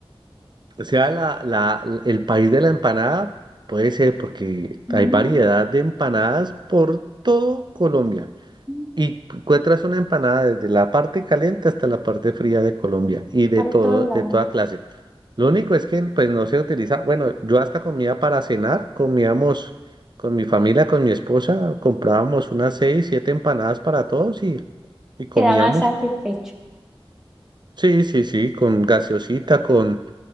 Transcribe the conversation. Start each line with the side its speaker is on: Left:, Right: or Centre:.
Right: O sea, la, la, el país de la empanada puede ser porque hay
Centre: Mm,
Right: variedad de empanadas por todo Colombia.
Centre: mm,
Right: Y encuentras una empanada desde la parte caliente hasta la parte fría de Colombia y de
Centre: por
Right: todo,
Centre: todos
Right: de
Centre: lados.
Right: toda clase. Lo único es que pues no se utiliza, bueno, yo hasta comía para cenar, comíamos con mi familia, con mi esposa, comprábamos unas seis, siete empanadas para todos y, y comíamos.
Centre: Queda más satisfecho.
Right: Sí, sí, sí, con gaseosita, con,